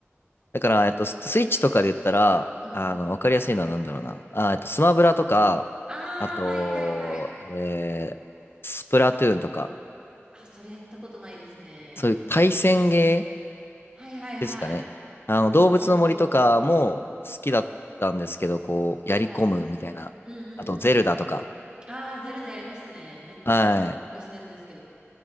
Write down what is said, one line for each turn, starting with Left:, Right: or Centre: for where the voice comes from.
Left: だから、えっと、ススイッチとかで言ったら、
Right: うん。
Left: あの、わかりやすいのはなんだろうな。あー、えっと、スマブラとか、
Right: ああ、
Left: あと、
Right: はいはいはい。
Left: えー、スプラトゥーンとか、
Right: あ、それやったことないですね。
Left: そういう対戦ゲー
Right: はいはいはい。
Left: ですかね。あの、
Right: おー、
Left: 動物の森とかも好きだったんですけど、こう、やり込むみたいな。
Right: はい。うんうんうん。
Left: あと、ゼルダとか。
Right: ああ、ゼルダやりましたね。めっちゃ昔のやつですけど。
Left: はい。